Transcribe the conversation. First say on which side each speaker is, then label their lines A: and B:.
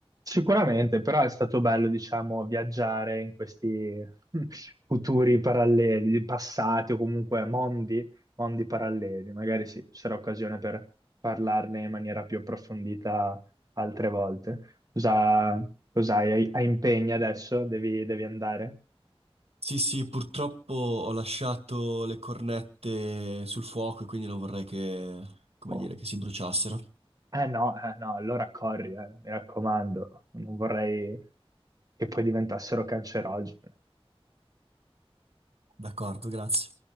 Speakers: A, on the right; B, on the right.
A: Sicuramente, però è stato bello, diciamo, viaggiare in questi <laughs> futuri paralleli, passati o comunque mondi, mondi paralleli. Magari sì, ci sarà occasione per parlarne in maniera più approfondita altre volte. Cosa, cosa hai, hai impegni adesso? Devi, devi andare?
B: Sì, sì, purtroppo ho lasciato le cornette sul fuoco e quindi non vorrei che, come
A: Oh.
B: dire, che si bruciassero.
A: Eh no, eh no, allora corri, eh, mi raccomando, non vorrei che poi diventassero cancerogene.
B: D'accordo, grazie.